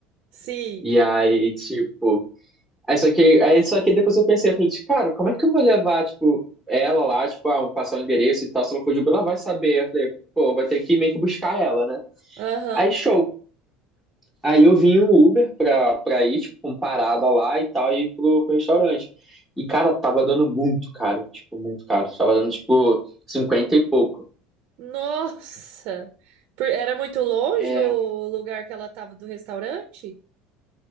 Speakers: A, on the right; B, in the centre.
A: sim,
B: E aí, tipo. Aí só que, aí, só que depois eu pensei, eu falei, de, cara, como é que eu vou levar, tipo, ela lá, tipo, ah, passar o endereço e tal, se ela for de Uber, ela vai saber. Eu falei, pô, vou ter que meio que buscar ela, né?
A: aham.
B: Aí, show. Aí eu vim o Uber pra, pra ir, tipo, com parada lá e tal, e ir pro, pro restaurante. E, cara, tava dando muito caro, tipo, muito caro. Tava dando, tipo, 50 e pouco.
A: Nossa, Por- era muito longe
B: É,
A: o lugar que ela estava do restaurante?